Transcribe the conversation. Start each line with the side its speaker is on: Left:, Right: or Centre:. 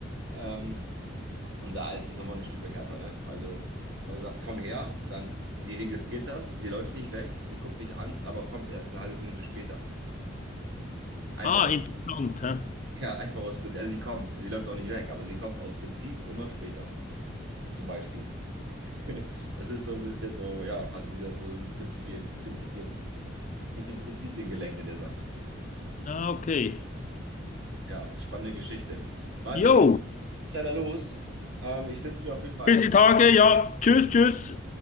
Right: Ähm, und da ist es nochmal eine Stufe härter, ne? Also wenn du sagst, komm her, dann sie registriert das, sie läuft nicht weg, die guckt dich an, aber kommt erst eine halbe Minute später. Einfach
Left: Ah,
Right: aus
Left: interessant. Hä?
Right: Ja, einfach aus Prinzip. Also sie kommt, sie läuft auch nicht weg, aber sie kommt aus Prinzip immer später, zum Beispiel. <laughs> Das ist so ein bisschen so, ja, hat sie jetzt so ein Prinzipien, Prinzipien, bisschen Prinzipien gelenkt in der Sache.
Left: Ah, okay.
Right: Ja, spannende Geschichte. Martin,
Left: Jo.
Right: ich muss leider los. Ähm, ich wünsche dir auf jeden Fall
Left: Bis
Right: einen.
Left: die Tage, ja. Tschüss, tschüss.